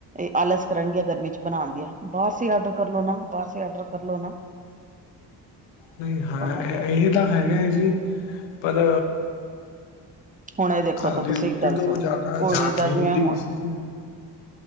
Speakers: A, on the right; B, on the left.
A: ਆਲਸ ਕਰਨਗੀਆਂ ਗਰਮੀ ਚ ਬਣਾਉਣ ਦੀਆਂ, ਬਾਹਰ ਸੇ ਆਡਰ ਕਰ ਲੋ ਨਾ ਬਾਹਰ ਸੇ ਆਡਰ ਕਰ ਲੋ ਨਾ।
B: ਨਹੀਂ ਹਾਂ
A: ਹੁਣ
B: ਇਹ ਇਹ ਤਾਂ ਹੈਗਾ ਹੈ ਜੀ ਪਰ
A: ਹੁਣ ਇਹ ਦੇਖੋ
B: ਘਰ
A: ਤਾਂ ਤੁਸੀਂ
B: ਦੀ ਰੋਟੀ
A: ਇੱਕ ਗੱਲ
B: ਤੋਂ
A: ਸੁਣੋ
B: ਉਹ ਜ਼ਿਆਦਾ
A: ਕੁੜੀ
B: ਜਾਗ
A: ਦਾ
B: ਨਹੀਂ
A: ਜਿਵੇਂ
B: ਹੁੰਦੀ
A: ਹੁਣ
B: ਕਿਸੇ ਚ